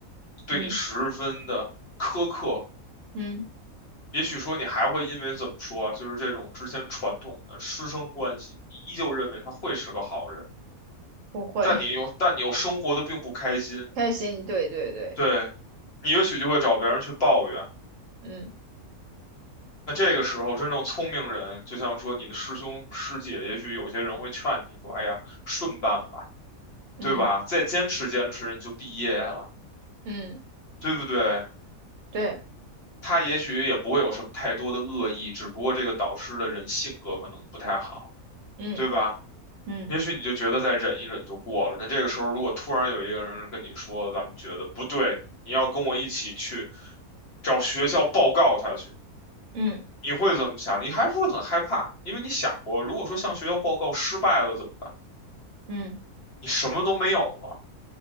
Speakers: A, on the left; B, on the right.
A: 对你十分的苛刻，
B: 嗯嗯，
A: 也许说你还会因为怎么说，啊，就是这种之前传统的师生关系，你依旧认为他会是个好人，
B: 不会，
A: 但你又但你又生活的并不开心，
B: <laughs> 开心，对对对，
A: 对你也许就会找别人去抱怨。
B: 嗯
A: 那这个时候，真正聪明人，就像说你的师兄师姐，也许有些人会劝你说：“哎呀，顺办吧，
B: 嗯
A: 对吧？再坚持坚持，你就毕业了，
B: 嗯，
A: 对不对？”
B: 对，
A: 他也许也不会有什么太多的恶意，只不过这个导师的人性格可能不太好，
B: 嗯
A: 对吧？
B: 嗯
A: 也许你就觉得再忍一忍就过了。那这个时候，如果突然有一个人跟你说：“咱们觉得不对，你要跟我一起去找学校报告他去。”
B: 嗯
A: 你会怎么想？你还是会很害怕，因为你想过，如果说向学校报告失败了怎么办？
B: 嗯，
A: 你什么都没有了。